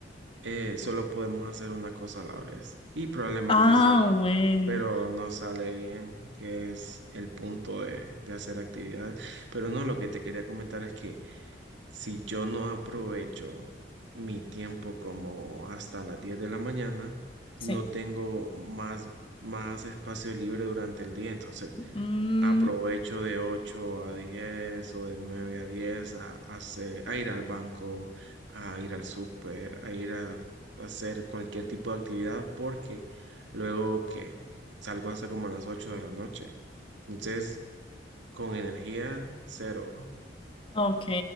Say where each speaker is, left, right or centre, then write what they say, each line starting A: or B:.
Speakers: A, on the right (about 75°); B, on the left (about 30°).
A: eh, solo podemos hacer una cosa a la vez. Y probablemente
B: Ah,
A: es cierto,
B: bueno,
A: pero no sale bien, que es el punto de, de hacer actividades. Pero no, lo que te quería comentar es que Si yo no aprovecho mi tiempo como hasta las 10 de la mañana,
B: sí.
A: no tengo más, más espacio libre durante el día. Entonces,
B: Mm,
A: aprovecho de 8 a 10 o de 9 a 10 a, a hacer- a ir al banco, a ir al súper, a ir a, a hacer cualquier tipo de actividad porque luego que salgo hasta como a las 8 de la noche. Entonces, con energía, cero.
B: Ok,